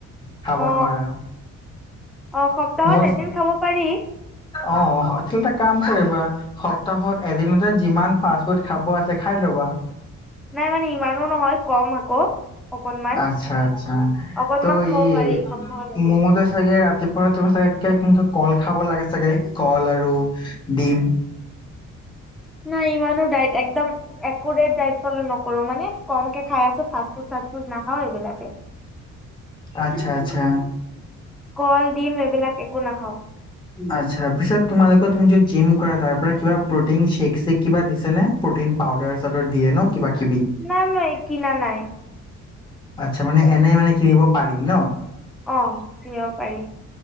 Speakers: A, on the left (about 15°); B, in the centre.
A: খাব
B: অ
A: নোৱাৰা
B: অ সপ্তাহত
A: মোৰ
B: এদিন খাব পাৰি।
A: অ আচলতে কাম কৰিবা সপ্তাহত এদিনতে যিমান ফাষ্ট ফুড খাব আছে খাই লবা
B: নাই মানে ইমানো নহল কম আকৌ অকনমান
A: আচ্ছা আচ্ছা
B: অকনমান
A: ত'
B: খাব
A: এই
B: পাৰি সপ্তাহত এদিন
A: মোৰ মতে চাগে ৰাতিপুৱা ৰাতিপুৱা চাগে কেঁচা কল খাব লাগে চাগে কল আৰু ডিম
B: নাই ইমানো ডাইট একদম একুৰেট ডাইট ফল' নকৰো মানে কমকে খাই আছো ফাষ্টফুড চাষ্টফুড না খাও এইবিলাকে।
A: আচ্ছা আচ্ছা
B: কল ডিম এইবিলাক একো নাখাও
A: আচ্ছা পিছত তোমালোকৰ তুমি যদি জিম কৰা তাৰ পৰা কিবা প্ৰ'টিন শ্বেক শ্বেক কিবা দিছে নে প্ৰ'টিন পাউডাৰ চাউদাৰ দিয়ে ন কিবা কিবি?
B: নাই মই কিনা নাই
A: আচ্ছা মানে এনে মানে কিনিব পাৰি ন
B: অ কিনিব পাৰি